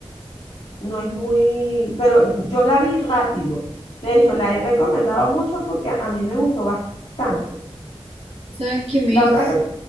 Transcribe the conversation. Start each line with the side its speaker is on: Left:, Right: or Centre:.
Left: no es muy, pero yo la vi rápido. De hecho, la he recomendado mucho porque a mí me gustó bastante.
Right: ¿sabes que me
Left: La
Right: hizo?
Left: otra que